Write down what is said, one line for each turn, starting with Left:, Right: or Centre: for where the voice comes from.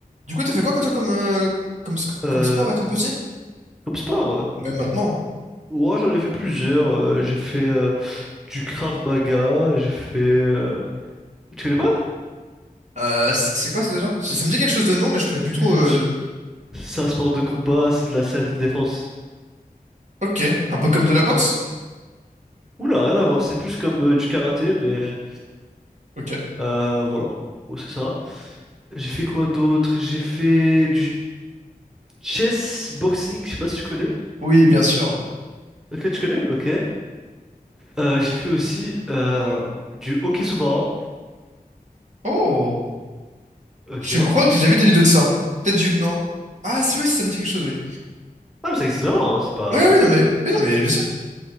Right: Du coup, t'as fait quoi, toi, comme, euh, comme, sc-
Centre: Euh,
Right: comme sport étant petit?
Centre: comme sport, euh,
Right: Même maintenant.
Centre: ouais, j'en ai fait plusieurs. euh, j'ai fait euh, du Krav Maga, j'ai fait. euh, Tu connais pas?
Right: hein. Euh, c- c'est quoi, ça, déjà? Ça, ça me dit quelque chose de nom, mais je connais plus
Centre: L-
Right: trop. euh.
Centre: C'est un sport de combat, c'est de la self-défense.
Right: Ok. Un peu comme de la boxe?
Centre: Ok. Oula, rien à voir, c'est plus comme euh, du karaté, mais
Right: Ok.
Centre: euh, voilà, Oh, c'est ça. J'ai fait quoi d'autre? J'ai fait du chess boxing, je sais pas si tu connais.
Right: Oui, bien sûr.
Centre: Ok, tu connais? Ok. Euh, j'ai fait aussi euh, du hockey sous-marin.
Right: Oh!
Centre: Ok.
Right: Je crois que j'ai déjà vu des vidéos de ça. Peut-être du... Non. Ah, si, oui, si, ça me dit quelque chose, oui.
Centre: Ah, mais ça existe vraiment, hein, C'est pas,
Right: Oui,
Centre: c'est pas
Right: oui,
Centre: une
Right: non,
Centre: blague.
Right: mais... Oui, non, mais bien sûr.